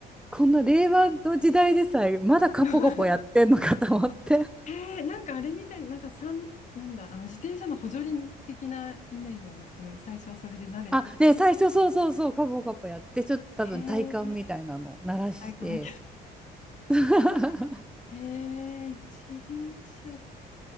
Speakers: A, in the centre; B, on the left.
A: こんな令和の時代でさえ、まだカポカポやってんのかと思って。
B: <laughs> へえ、なんかあれみたいな、なんか三、なんだ、あの自転車の補助輪的なイメージなんですかね。最初はそれで慣れて。
A: あ、ね、最初そうそうそう、カポカポやって、ちょっと多分体幹みたいなのを鳴らして。
B: へえ、体感
A: <laughs>
B: へえ、一輪車か。